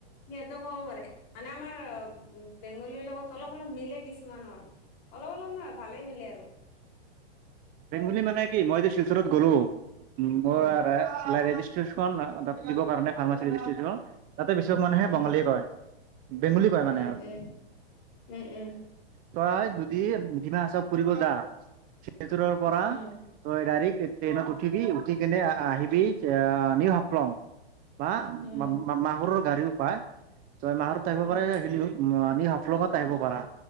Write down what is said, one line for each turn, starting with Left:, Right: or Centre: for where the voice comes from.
Left: সিহঁতো ক'ব পাৰে মানে আমাৰ উ বেংগলীৰ লগত অলপ অলপ মিলে কিছুমানৰ অলপ অলপ নহয় ভালে মিলে আৰু
Right: বেংগলী মানে কি মই যে শিলচৰত গলো মই
Left: উম
Right: ৰেজিষ্ট্ৰেচনচন খন দিব কাৰনে ফাৰমেচিৰ ৰেজিষ্ট্ৰেচনৰ তাতে বেছিভাগ মানুহে
Left: উম
Right: বঙালীয়ে কয় বেংগলী কয়
Left: উম
Right: মানে আৰু
Left: উম উম উম
Right: তই যদি ডিমা হাচাও ফুৰিব যা ৰ পৰা
Left: উম
Right: তই ডাইৰেক্ট ট্ৰেইনত উঠিবি উঠি কেনে আহিবি এ নিউ হাফলং বা
Left: উম উম
Right: মাহুৰৰ গাড়ীও পায় তই মাহৰত থাকিব
Left: উম
Right: পাৰ যে আহি মানি হাফলংত আহিব পাৰা